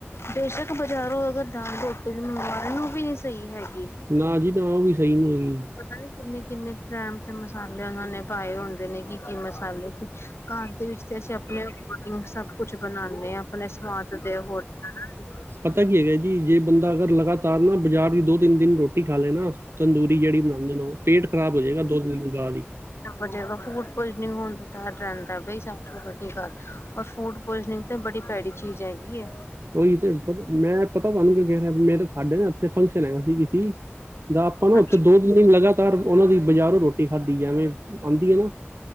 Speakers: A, on the left; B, on the right.
A: ਬੇਸ਼ੱਕ ਬਜ਼ਾਰੋਂ ਅਗਰ ਦਾਲ ਰੋਟੀ ਵੀ ਮੰਗਵਾਾਰੇ ਉਹ ਵੀ ਨਹੀਂ ਸਹੀ ਹੈਗੀ
B: ਨਾ ਜੀ ਨਾ ਉਹ ਵੀ ਸਹੀ ਨਹੀਂ ਹੈਗੀ
A: ਹਨ ਕਿੰਨੇ- ਕਿੰਨੇ ਟ੍ਰਮ ਤੇ ਮਸਾਲੇ ਉਹਨਾਂ ਨੇ ਪਾਏ ਹੁੰਦੇ ਨੇ ਕੀ- ਕੀ ਮਸਾਲੇ ਕੁਛ ਘਾੱਰ ਦੇ ਵਿੱਚ ਤੇ ਅਸੀਂ ਅਪਣੇਂ ਅਕੋਰਡਿਗ ਸਭ ਕੁਛ ਬਣਾਣੇ ਆਂ, ਅਪਣੇ ਸਵਾਦ ਦੇ ਅਕੋਰ <unintelligible>
B: ਪਤੈ ਕੀ ਹੈਗੈ ਜੀ ਜੇ ਬੰਦਾ ਅਗਰ ਲਗਾਤਾਰ ਨਾ ਬਾਜ਼ਾਰ ਦੀ ਦੋ-ਤਿੰਨ ਦਿਨ ਰੋਟੀ ਖਾ ਲੇ ਨਾ ਤੰਦੂਰੀ ਜੇੜੀ ਬਣਾੰਦੇਣ ਓਹ ਪੇਟ ਖਰਾਬ ਹੋ ਜੇਗਾ ਦੋ ਦਿਨ੍ਹਾ ਬਾਦ ਹੀ।
A: ਰ ਜਾਏਗਾ ਫੂਡ ਪੁਇਨਿੰਗ ਹੋਣ ਦਾ ਡਰ ਰਹਿੰਦਾ ਬਾਈ ਸਭ ਤੋਂ ਵੱਡੀ ਗੱਲ ਔਰ ਫੂਡ ਪੋਇਜਨਿੰਗ ਤਾਂ ਬੜੀ ਭੈੜੀ ਚੀਜ਼ ਹੈਗੀ
B: ਉਹੀ ਤੇ ਮੈਂ ਪਤਾ ਸਹਾਨੂੰ ਕਿਉਂ ਮੇਰਾ ਸਾਡੇ ਨਾ ਇੱਥੇ ਫੰਕਸ਼ਨ ਹੈਗਾ ਸੀ ਸੀ ਦਾ ਆਪਾਂ ਨਾ
A: ਹੂੰ
B: ਉੱਥੇ ਦੋ ਦਿਨ ਲਗਾਤਾਰ ਉਹਨਾਂ ਦੀ ਬਾਜ਼ਾਰੋਂ ਰੋਟੀ ਖਾਧੀ ਹੈ ਐਵੇਂ ਆਉਂਦੀ ਹੈ ਨਾ